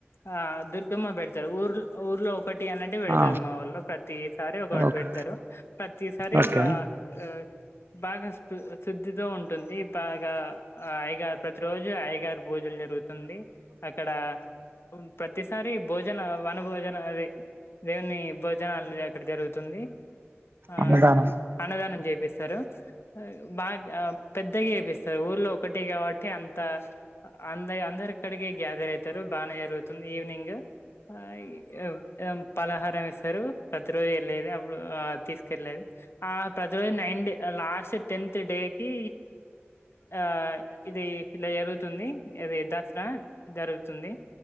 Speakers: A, on the left; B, on the right.
A: ఆ దుర్గమ్మ పెడతారు ఊర్ ఊర్లో ఒకటి అన్నటి పెడతారు
B: ఆ
A: మా వాళ్ళ ప్రతిసారి ఒకటి
B: ఓకే
A: పెడతారు ప్రతిసారి
B: ఓకే
A: ఇగ ఆ బాగా శ శుద్ధితో ఉంటుంది బాగా అయ్యగారు ప్రతి రోజు అయ్యగారు పూజలు జరుగుతుంది అక్కడ ప్రతిసారి భోజన వన భోజన అది దేవుని భోజనాలు అక్కడ జరుగుతుంది ఆ
B: అన్నదానం
A: అన్నదానం జేపిస్తారు బాగా పెద్దగ చేపిస్తారు ఊర్లో ఒకటి కాబట్టి అంత అంద అందరి ఇక్కడికి గ్యాదర్ అయితారు బాగానే జరుగుతుంది ఈవినింగు ఆ ఈ పలహారం ఇస్తారు ప్రతి రోజు యెళ్ళేది అప్పుడు తీసుకెళ్ళేది ఆ ప్రతిరోజు నైన్ద లాస్ట్ టెన్త్ డే కి ఆ ఇది ఇలా జరుగుతుంది అది దసరా జరుగుతుంది